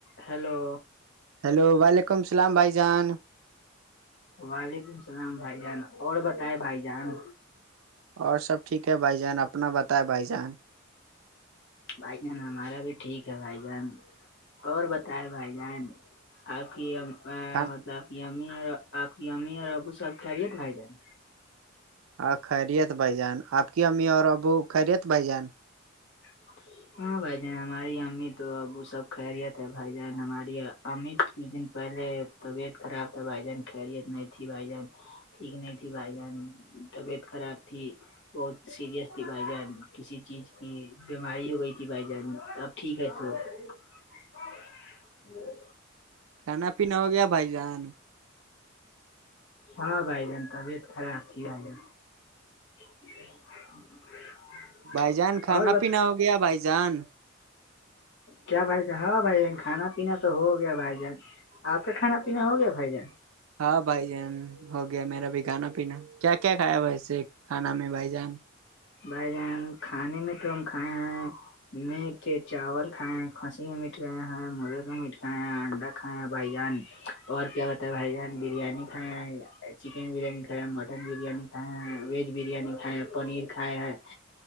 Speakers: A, on the left; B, on the right.
A: hello
B: hello وعلیکم السلام بھائی جان
A: وعلیکم اللام بھائی جان اور بتائے بھائی جان
B: اور سب ٹھیک ہے بھائی جان اپنا بتاائے بھائی جان
A: بھائی جان ہمارا بھی ٹھیک ہے بھائی جان اور بتائے بھائی جان آپ کی
B: خان
A: مطل آپ کی می آپ کی می اور ابو سب خیریتائی جائے گا
B: ہاں خیریت بھائی جان آپ کی امی اور ابو خیریت بھ جان
A: <unintelligible> ہاں بھائی جان ہماری امی تو ابو سب خیریت تھ بھائی جان ہماری امی کچھ دن پہلے طبیعت خراب تھا بھائی جان خیرییت نہیں تھی بھائی جان ٹھیک نہیں تھی بھائی جان طبیعت خراب تھی بہت سیریئس تھی بھائی جان کسی چیز کی بیماری ہو گئی تھی بھائی جان اب ٹھیک ہے تھ <unintelligible> ہوں
B: کھانا پینا ہو گیا بھائی جان
A: ہاں بھائی جان طبیعت خراب تھی بھائی جان <unintelligible>
B: بھائی جان کھانا
A: اور ب
B: پینا ہو گیا بھائی جان
A: کیا بھائی جان ہاں بھائی جان کھانا پینا تو ہو گیا بھائی جان آپ کا کھانا پینا ہو گیا بھائی جان
B: ہاں بھائی جان ہو گیا میرا بھی کھانا پینا کیا کیا کھیا وسے کھانا میں بھائی جان
A: بھائی جان کھانے میں تو ہم کھائے ہیں میٹ چاول کھائے ہیں کھانسی کا میٹ کھاائے ہیں مرے کا میٹ کھائے ہیں انڈا کھائے ہیں بھائی جان اور کیا بت ہے بائی جان بریانی کھا ہے چکن بریانی کھائے مٹن مٹن بریانی کھائے ہیں ویج بریانی کھائے ہیں پنیر کھائے ہیں